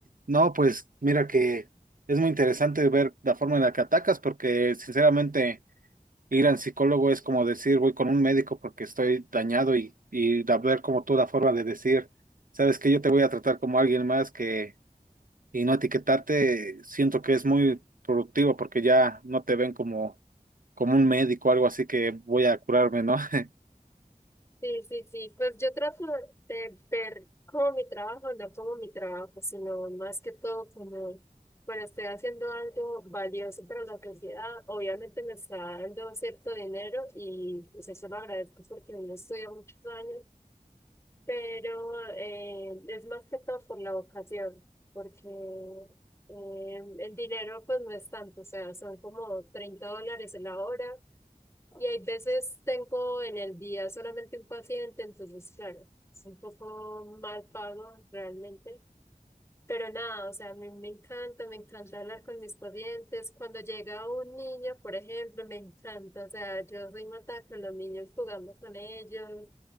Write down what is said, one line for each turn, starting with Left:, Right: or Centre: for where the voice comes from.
Right: no, pues mira que es muy interesante ver la forma en la que atacas porque sinceramente ir al psicólogo es como decir voy con un médico porque estoy dañado y, y da- ver como tú la forma de decir, sabes que yo te voy a tratar como alguien más que y no etiquetarte, siento que es muy productivo porque ya no te ven como, como un médico o algo así que voy a curarme, ¿no? <laughs>
Left: Sí, sí, sí. Pues yo trato de ver como mi trabajo, no como mi trabajo, sino más que todo como, bueno, estoy haciendo algo valioso para la sociedad. Obviamente me está dando cierto dinero y pues eso lo agradezco porque no estudiado muchos años, pero eh, es más que todo por la vocación, porque eh, el dinero pues no es tanto, o sea, son como 30 dólares la hora y hay veces tengo en el día solamente un paciente, entonces, claro, es un poco mal pago realmente. Pero nada, o sea, a mí me encanta, me encanta hablar con mis pacientes. Cuando llega un niño, por ejemplo, me encanta, o sea, yo soy mata con los niños, jugando con ellos.